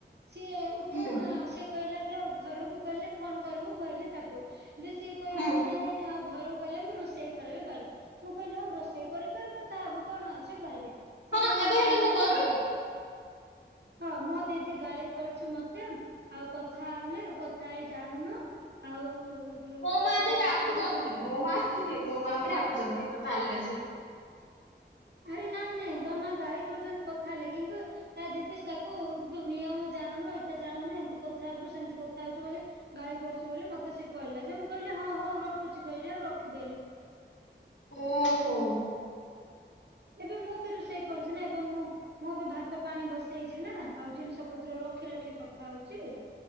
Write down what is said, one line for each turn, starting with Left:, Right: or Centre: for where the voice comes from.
Right: ସିଏ ଉଠେଇଲେ
Left: ହୁଁ
Right: ନା ସେ କହିଲାକି ଆଉ ଘରକୁ ଗଲେ ଫୋନ କରିବୁ କହିଲି ତାକୁ ଯେ ସିଏ କହିଲା
Left: ହୁଁ
Right: କି ନାଇଁ ଆଉ ଘରକୁ ଗଲେ ମୁଁ ରୁଷେଇ କରିବି କିହିଲା ମୁଁ କହିଲି ହଉ ରୋଷେଇ କରି କରି କଥା ହବୁ କଣ ଅଛି କହିଲି ସେ
Left: ହଁ
Right: କହିଲେ
Left: ଏବେ
Right: ନାଇଁ
Left: ହେଠି
Right: ନାଇଁ
Left: ମୁଁ କରୁନି
Right: ମୋ ଦି ହଁ ମୋ ଦିଦି ଗାଳି କରୁଚି ମତେ ଆଉ କଥା ହେଲେ କଥା ହେଇ ଜାଣୁନୁ ଆଉ ଯୋଉ
Left: ମୋ
Right: ତୁ
Left: ମା
Right: ଏମିତି
Left: ବି
Right: କଥା
Left: ରାଗୁଚନ୍ତି
Right: ହଉଛୁ ସେମିତି
Left: ମୋ ମା ବି ମୋ ମା ବି ରାଗୁଚନ୍ତି କ ଥା ହେଲେ ବେସି।
Right: ଆରେ ନାଇଁ ନାଇଁ ଧରିନିଅ ଗାଳି କରୁଚନ୍ତି କଥା ହେଲେ କିନ୍ତୁ ତା ଦିଦି ସବୁ ତୁ ନିୟମ ଜାଣୁନୁ ଏଇଟା ଜାଣୁନୁ ଏମିତି କଥା ହଉଚୁ ସେମିତି କଥା ହଉଚୁ ବୋଲି ଗାଳି କରୁଚୁ ବୋଲି ମତେ ସେ କହିଲା ଯେ ମୁଁ କହିଲି ହଁ ହଉ ରଖୁଚି କହିଲି ଆଉ ରଖିଦେଲି।
Left: ଓ ହୋ।
Right: ଏବେ ମୁଁ ବି ରୁଷେଇ କରୁଚି ନା ଏବେ ମୁଁ ମୁଁ ବି ଭାତ ପାଣି ବସେଇଚି ନା ଆଉ ଜିନିଷ ପତ୍ର ରଖି ରଖି କଥା ହଉଚି।